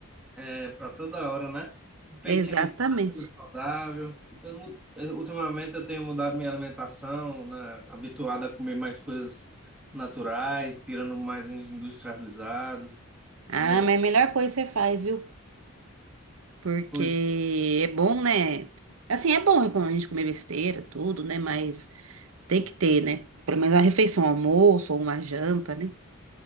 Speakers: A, in the centre; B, on the right.
A: É, para toda hora, né? Um peitinho
B: Exatamente.
A: de frango saudável. Eu mu- eu- ultimamente eu tenho mudado minha alimentação, né? Habituado a comer mais coisas naturais, tirando mais os industrializados,
B: Ah,
A: né?
B: mas é a melhor coisa que você faz, viu? Porque
A: Pois,
B: é bom, né? Assim, é bom quando a gente comer besteira, tudo, né? Mas tem que ter, né? Pelo menos uma refeição, um almoço ou uma janta, né?